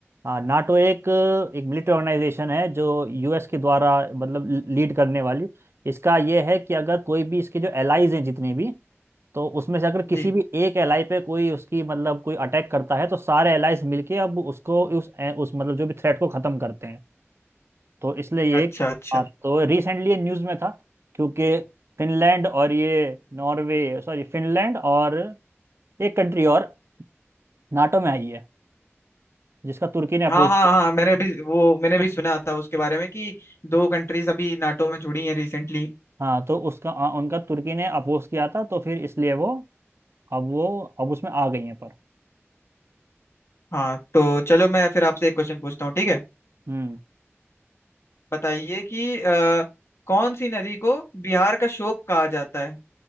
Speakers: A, on the right; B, on the left.
A: हाँ नाटो एक एक मिलिट्री ऑर्गेनाइजेशन है जो यूएस के द्वारा मतलब लीड करने वाली इसका ये है कि अगर कोई भी इसके जो एलाइज हैं जितने भी तो उसमें से अगर किसी
B: जी
A: भी एक एलाई पे कोई उसकी मतलब कोई अटैक करता है तो सारे एलाइज मिलके अब उसको उस उस मतलब जो भी थ्रेट को खत्म करते हैं तो इसलिए ये
B: अच्छा अच्छा
A: हाँ तो रिसेंटली ये न्यूज़ में था क्योंकि फिनलैंड और ये नॉर्वे सॉरी फिनलैंड और एक कंट्री और नाटो में आई है जिसका तुर्की ने अपोज
B: हाँ हाँ
A: किया
B: हाँ मैंने अभी वो मैंने भी सुना था उसके बारे में कि दो कंट्रीज अभी नाटो में जुड़ी हैं रिसेंटली
A: हाँ तो उसका आ, उनका तुर्की ने अपोज किया था तो फिर इसलिए वो अब वो अब उसमें आ गई है पर
B: हाँ तो चलो मैं फिर आपसे एक क्वेश्चन पूछता हूँ ठीक है
A: हम्म
B: बताइए कि अ, कौन सी नदी को बिहार का शोक कहा जाता है